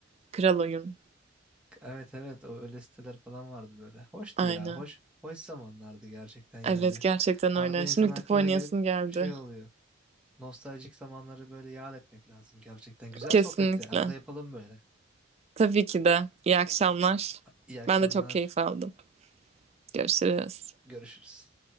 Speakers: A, on the right (about 30°); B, in the centre.
A: Kral oyun.
B: Evet evet o öyle siteler falan vardı böyle. Hoştu
A: Aynen.
B: ya. Hoş hoş zamanlardı gerçekten yani.
A: Evet gerçekten
B: Arada
A: öyle.
B: insan
A: Şimdi gidip
B: aklına
A: oynayasım
B: gelip
A: geldi.
B: şey oluyor. Nostaljik zamanları böyle yad etmek lazım gerçekten. Güzel
A: Kesinlikle.
B: sohbetti. Arada yapalım böyle.
A: Tabii ki de. İyi akşamlar.
B: İyi akşamlar.
A: Ben de çok keyif aldım. Görüşürüz.
B: Görüşürüz.